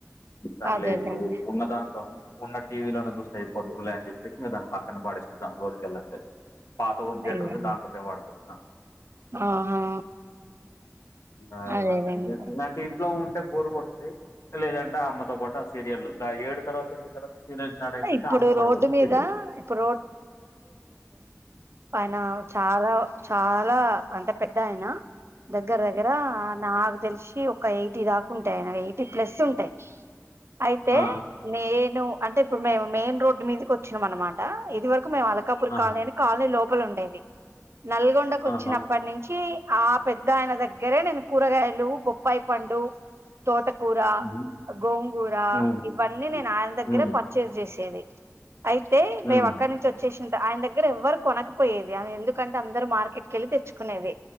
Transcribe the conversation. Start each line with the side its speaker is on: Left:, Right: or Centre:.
Left: సర్లే
Right: అదేలేండి
Left: ఇప్పుడు ఉన్న దాంట్లో ఉన్న టీవీలోన చూస్తే అయిపోద్దిలే అని చెప్పేశి మరి దాన్ని పక్కన పాడేశి దాని జోలికి వెళ్ళట్లేద్. పాత హోమ్ థియేటర్
Right: అయ్యో
Left: ఉంది దాంతోటే వాడుకుంటున్నాం.
Right: ఆహా
Left: <unintelligible>
Right: అదేలేండి
Left: ఇలాంటియి ఇంట్లో ఉంట్ టే బోరు కొట్ది <inaudible> లేదంటే అమ్మతో పాటు ఆ సీరియల్లు ఆ ఏడు తర్వాత్ ఎనిమిది తర్వాత సీరియల్ స్టార్ట్ అయిపోతే
Right: ఇప్పుడు
Left: ఆమెతోపాటు
Right: రోడ్డు
Left: కూసొని
Right: మీద
Left: సీరియల్లు.
Right: ఇప్పుడు పైనా చాలా చాలా అంటే పెద్దాయనా. దగ్గ్ గ్గర దగ్గరా ఆ నాకు తెల్శీ ఒక్క ఎయిటీ దాకుంటాయి ఆయన ఎయిటీ ప్లస్సు ఉంటాయి. అయితే
Left: ఆ
Right: నేను అంటే ఇప్పుడు మేము మెయిన్ రోడ్డు మీదికి వచ్చినం అనమాటా. ఇది వరక్ కు మేము అల్కాపూర్
Left: ఆ
Right: కాలనీ అని కాలనీ లోపల ఉండేది. నల్గొండకు వచ్చినప్పటి
Left: ఆహా
Right: నుంచీ ఆ పెద్దాయన దగ్గరే నేను కూరగాయలూ, బొప్పాయి పండు, తోట కూరా,
Left: మ్మ్
Right: గోంగూరా
Left: మ్మ్
Right: ఇవన్నీ నేను ఆయన దగ్గరే
Left: హ్మ్.
Right: పర్చేస్ చేశేది. అయితే
Left: హ్మ్.
Right: మేము అక్కడి నుంచి వచ్చేశి చింత ఆయన దగ్గర ఎవ్వరు కొనకపోయేది అ ఎందుకంటే అందరూ మార్కెట్కెళ్ళి తెచ్చుకునేది.